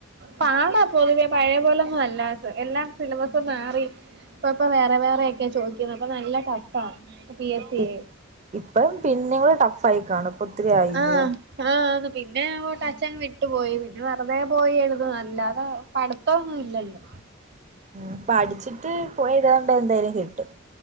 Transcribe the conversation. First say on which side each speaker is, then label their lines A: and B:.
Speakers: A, on the right; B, on the right.
A: പാടാ പൊതുവേ പഴയ പോലെന്നും അല്ലാസ് എല്ലാം സിലബസ് മാറി ഇപ്പ ഇപ്പം വേറെ വേറെയൊക്കെ ചോയ്ക്കിണ അപ്പം നല്ല ട്ടഫാ പി എസ് ‌ ഏ
B: ഇപ് ഇപ്പം പിന്നേം കൂടെ ടഫ് ആയി കാണും ഇപ്പൊ ഒത്തിരി ആയില്ല്യോ
A: ആആ പിന്നെ ഓട്ട ച്ഛൻ വിട്ടു പോയി പിന്നെ വെറുതെ പോയി എഴുതുന്ന അല്ലാതെ പഠിത്തം ഒന്നും ഇല്ലല്ലോ
B: ഉം പഠിച്ചിട്ട് പോയിതേണ്ട എന്തേലും കിട്ടും